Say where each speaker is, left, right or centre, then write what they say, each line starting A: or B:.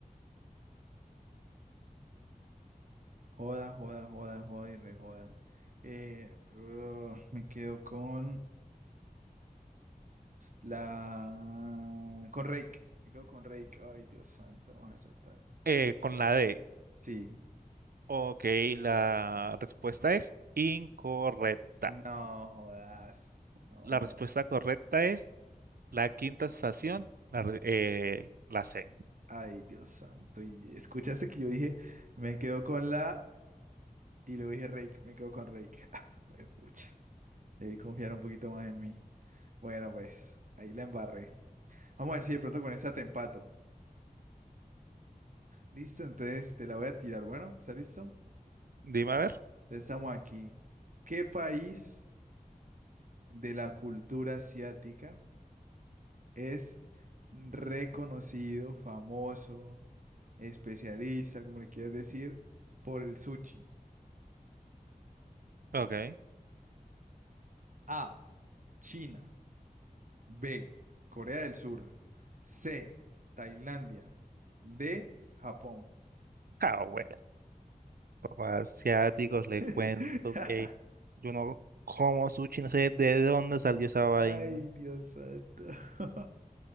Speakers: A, on the right; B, on the right.
A: Joda, joda, joda, joda y rejoda. Eh, uh, me quedo con la... Con Rake. Me quedo con Rake. Ay, Dios santo, no vas a acertar.
B: Eh, con la D.
A: Sí.
B: Ok, la respuesta es incorrecta.
A: No jodas. No
B: La respuesta
A: jodas.
B: correcta es La quinta estación, la, re- eh, la C.
A: Ay, Dios santo. Y escuchaste que yo dije, me quedo con la... Y luego dije Rake. Me quedo con Rake. <laughs> Güey, pucha. Debí confiar un poquito más en mí. Bueno, pues, ahí la embarré. Vamos a ver si de pronto con esta te empato. Listo, entonces te la voy a tirar. Bueno, ¿está listo?
B: Dime a ver.
A: Entonces, Estamos aquí. ¿Qué país de la cultura asiática es reconocido, famoso, especialista, como le quieras decir, por el sushi?
B: Ok.
A: A. China. B. Corea del Sur. C. Tailandia. D. Japón.
B: Ah, bueno, papá, asiáticos, le
A: <laughs>
B: cuento que yo no como sushi, no sé de dónde salió esa vaina.
A: Ay, Dios santo. <laughs>